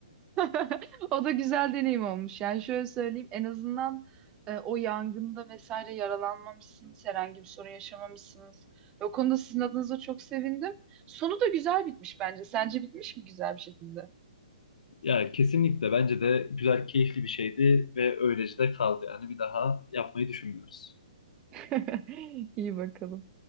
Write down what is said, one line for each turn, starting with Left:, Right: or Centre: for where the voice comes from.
Right: <laughs> O da güzel deneyim olmuş. Yani şöyle söyleyeyim en azından e, o yangında vesaire yaralanmamışsınız, herhangi bir sorun yaşamamışsınız. Ve O konuda sizin adınıza çok sevindim. Sonu da güzel bitmiş bence. Sence bitmiş mi güzel bir şekilde?
Left: Ya kesinlikle bence de güzel, keyifli bir şeydi ve öylece de kaldı. Yani bir daha yapmayı düşünmüyoruz.
Right: <laughs> İyi bakalım.